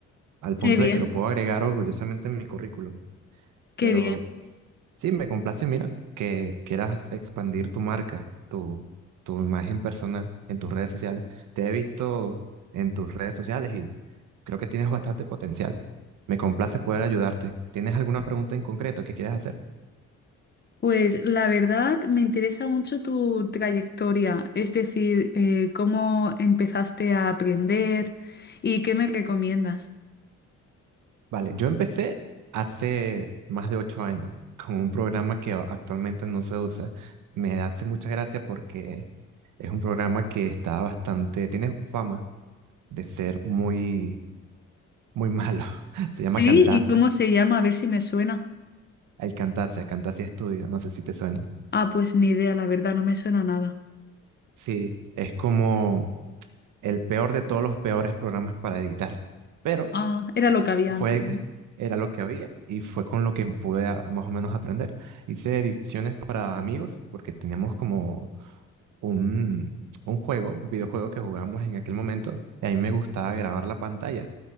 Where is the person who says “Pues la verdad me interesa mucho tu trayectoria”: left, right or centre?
Left